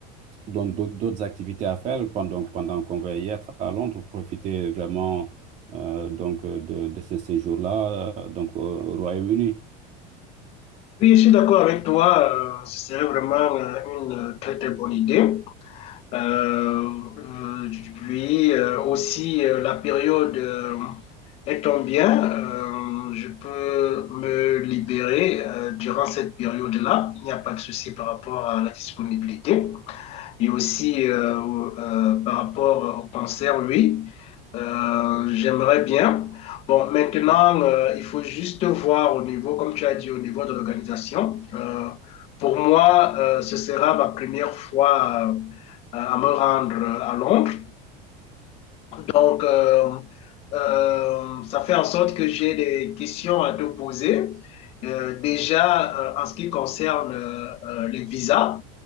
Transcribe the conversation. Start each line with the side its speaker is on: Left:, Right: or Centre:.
Right: donc d'aut- d'autres activités à faire pendant, pendant qu'on va y être à Londres, profiter vraiment euh, donc de, de ce séjour-là euh, donc au au Royaume-Uni.
Left: Oui, je suis d'accord avec toi. euh, C'est vraiment euh, une euh, très très bonne idée. Euh, euh, puis euh, aussi euh, la période euh, étant bien, euh, je peux me libérer euh, durant cette période-là. Il n'y a pas de souci par rapport à la disponibilité. Et aussi euh, euh, par rapport au cancer, oui, euh, j'aimerais bien. Bon, maintenant, euh, il faut juste voir au niveau, comme tu as dit, au niveau de l'organisation. Euh, pour moi, euh, ce sera ma première fois euh, à me rendre à Londres. Donc, euh, euh, ça fait en sorte que j'ai des questions à te poser. Euh, déjà, euh, en ce qui concerne euh, euh, les visas.